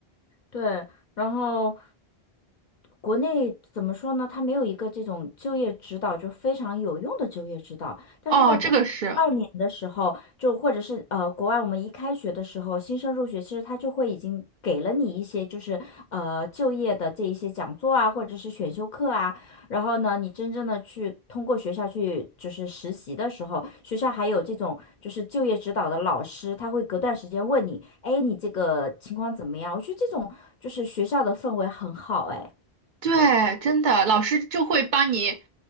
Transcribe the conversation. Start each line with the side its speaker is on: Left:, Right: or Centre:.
Left: 对，然后国内怎么说呢？它没有一个这种就业指导，就非常有用的就业指导。但是在国二年的时候，
Right: 哦，这个是，
Left: 就或者是呃国外，我们一开学的时候，新生入学，其实他就会已经给了你一些就是呃就业的这一些讲座啊，或者是选修课啊。然后呢，你真正的去通过学校去就是实习的时候，学校还有这种就是就业指导的老师，他会隔段时间问你，哎，你这个情况怎么样？我觉得这种就是学校的氛围很好，哎。
Right: 对，真的，老师就会帮你